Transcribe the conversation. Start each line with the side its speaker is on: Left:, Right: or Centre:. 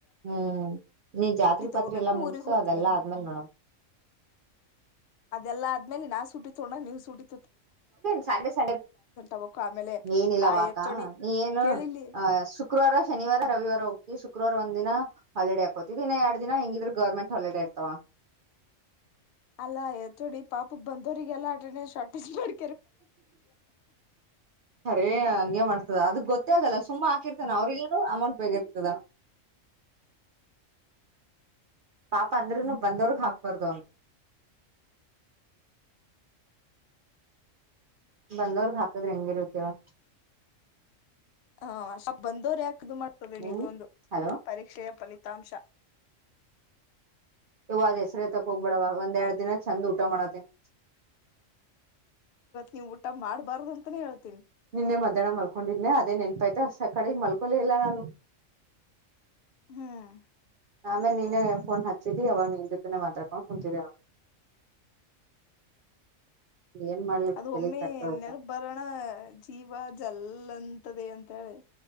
Right: ಹ್ಮ್ ನೀ ಜಾತ್ರೆ
Left: ತಗೋಬೇಕು
Right: ಪಾತ್ರಿ ಎಲ್ಲಾ ಮುಗಸು
Left: ಊರಿಗ್ ಹೋತೀನಿ.
Right: ಅದೆಲ್ಲಾ ಆದ್ಮೇಲ್ ನೋಡಮ
Left: ಅದೆಲ್ಲಾ ಆದ್ಮೇಲೆ ನಾ ಸುಟ್ಟಿ ತೋಣ ನೀವು ಸುಟ್ಟಿ
Right: ಸ ಸ
Left: ಆಗ್ಬೇಕು ಆಮೇಲೆ
Right: ಏನಿಲ್ಲ
Left: ಆ
Right: ವಾಕಾ
Left: ಎಚ್.ಓ.ಡಿ
Right: ನೀ ಏನು
Left: ಕೇಳಿಲ್ಲಿ
Right: ಅ ಶುಕ್ರವಾರ ಶನಿವಾರ ರವಿವಾರ ಹೋಗ್ತಿವಿ ಶ ಶುಕ್ರವಾರ್ ಒಂದ್ಿನ ಹಾಲಿಡೇ ಹಾಕೋತಿದ್ದ ಇನ್ನ ಎರಡ್ ದಿನ ಹೆಂಗಿದ್ರರು ಗೌರ್ಮೆಂಟ್ ಹಾಲಿಡೇ ಇರ್ತವ
Left: ಅಲ್ಲಾಯಚೂಡಿ ಪಾಪ ಬಂದೋ್ರರಿಗೆಲ್ಲಾ ಆಟ ಶಾರ್ಟೇಜ್ ಮಾಡ್
Right: ರಿೇ ಹಂಗಗೆ ಮಾಡ್ಸ ಅದು ಗೊತು ಆಲ್ಲ ತುಂಬಾಹಾಕಿರ್ತನೆ ಅವ್ರರಿಗೆಲ್ಲ ಅಮೌಂಟ್ ಬೇಗರ್ತದ ಪಾಪ ಅಂದ್ರನು ಬಂದವ್ರಗ್ ಹಾಕ್ಬಾರ್ದು ಅಂತ ಬಂದರು ಹಾಕದ ರಂಗಿರುತ ಹೇಳು
Left: ಹ ಸಪ ಬಂದವ್ರ ಯಕೆ ದು ಮಾಡ್ತದೆೇನೆದುೊಂದು
Right: ಹ್ಮ್ ಹಲೋ
Left: ಪರೀಕ್ಷೆಯ ಫಲಿತ ತಾಮಶ
Right: ಇವ್ ಹೆಸ್ರ ತಕ ಹೋಗ್ಬೇಡವ ಒಂದ್ೆರಡ್ ದಿನ ಚೆಂದ ಊಟ ಮಾಡತ್ತೇನಿ
Left: ನೀವು ಊಟ ಮಾಡಬಾರಅಂತಾನೆ ಅಂತಾನೇಳ್ತಿ
Right: ನಿನ್ನೆ ಮಧ್ಯಾಹ್ನ ಮಲ್ಕೊಂಡಿದ್ದ ಅದೇ ನೆನ್ಪೈತೆ ಸ ಕಡೆ ಮಲ್ಕೊಲ ಇಲ್ಲ ನಾನು
Left: ಹ್ಮ್
Right: ಆ ಆಮೇಲೆ ನೀನ್ನೇ ಫೋನ್ ಹಚ್ಚಿದಿ ಅವಾಗ ನಿನ್ ಜೊತೆನೆ ಮಾತ್ರಾಡ್ಕೊಂಡ ಕುಂತಿದ ಏನ್ ಮಾಡ್ಲಿ
Left: ಅದು
Right: ತಲಿ
Left: ಒಮ್ಮೆ
Right: ಕೆಟ್ಟೋಯ್ತು.
Left: ನೆನಪೂ ಬರೋಣ ಜೀವ ಜಲ್ಲ ಲ್ಲಂತದೆ ಅಂತ ಹೇಳೆ